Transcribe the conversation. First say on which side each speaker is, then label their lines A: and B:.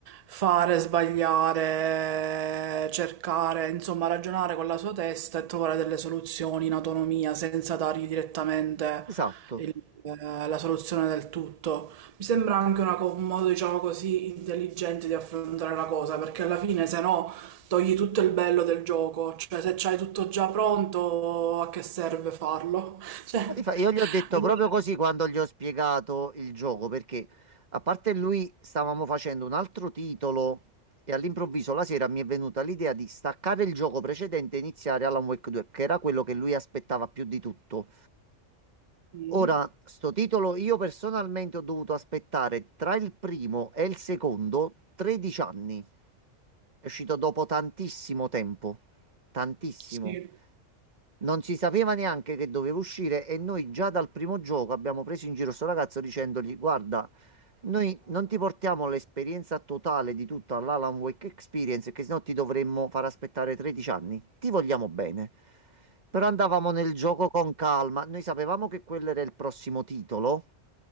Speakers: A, on the right; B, on the right.
A: fare, sbagliare, cercare, insomma, ragionare con la sua testa e trovare delle soluzioni in autonomia senza dargli direttamente
B: Esatto.
A: il- eh, la soluzione del tutto. Mi sembra anche una co- un modo, diciamo così, intelligente di affrontare la cosa, perché alla fine, se no, togli tutto il bello del gioco. Cioè, se c'hai tutto già pronto, a che serve farlo? <laughs> Cioè.
B: Ma di fa- io gli ho detto
A: Allora,
B: proprio così quando gli ho spiegato il gioco, perché a parte lui stavamo facendo un altro titolo e all'improvviso la sera mi è venuta l'idea di staccare il gioco precedente e iniziare Alan Wake 2, che era quello che lui aspettava più di tutto.
A: Mm,
B: Ora, sto titolo io personalmente ho dovuto aspettare tra il primo e il secondo 13 anni. È uscito dopo tantissimo tempo. Tantissimo.
A: Sì,
B: Non si sapeva neanche che doveva uscire e noi già dal primo gioco abbiamo preso in giro sto ragazzo dicendogli: Guarda, noi non ti portiamo l'esperienza totale di tutta l'Alan Wake Experience, che sennò ti dovremmo far aspettare 13 anni. Ti vogliamo bene. Però andavamo nel gioco con calma. Noi sapevamo che quello era il prossimo titolo.